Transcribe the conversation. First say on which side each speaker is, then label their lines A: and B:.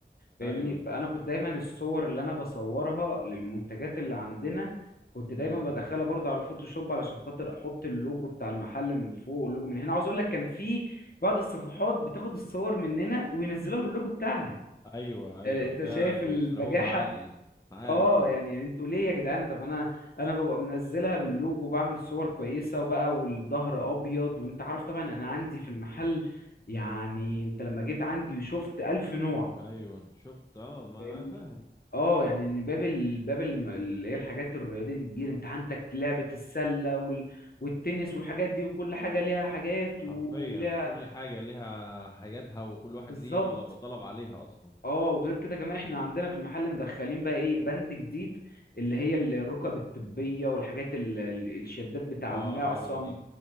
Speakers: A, on the left; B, on the left.
A: فاهمني
B: ايوه
A: فانا كنت دايما الصور اللي انا بصورها للمنتجات اللي عندنا كنت دايما
B: امم
A: بدخلها برضو على الفوتوشوب علشان خاطر احط اللوجو بتاع المحل من فوق اللوجو من هنا عاوز اقول لك كان في بعض الصفحات بتاخد الصور مننا وينزلوها باللوجو بتاعنا
B: ايوه ايوه
A: آه، انت
B: ده
A: شايف
B: بيسرقوها
A: البجاحة
B: عادي عارف
A: اه يعني انتوا ليه يا جدعان طب انا انا ببقى منزلها باللوجو وبعمل صور كويسه وبقى والظهر ابيض وانت عارف طبعا انا عندي في المحل يعني انت لما جيت عندي وشفت الف نوع
B: <laughs> ايوه شفت اه ما
A: فاهمني
B: انا فاهم
A: اه يعني ان باب ال... باب الم- اللي هي الحاجات الرياضيه دي كتير انت عندك لعبه السله وال... والتنس والحاجات دي وكل حاجه ليها حاجات وليها
B: حرفيا كل حاجة ليها حاجاتها وكل واحد
A: بالظبط
B: ليه طلب طلب عليها اصلا
A: اه وغير كده كمان احنا عندنا في المحل مدخلين بقى ايه بند جديد اللي هي ال- الركب الطبية والحاجات ال- ال- الشدات بتاع
B: اه
A: المعصم
B: حلوه دي